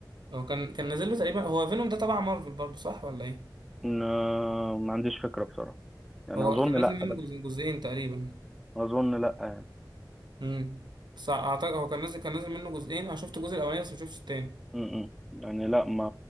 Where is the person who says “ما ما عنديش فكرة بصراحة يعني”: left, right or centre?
Centre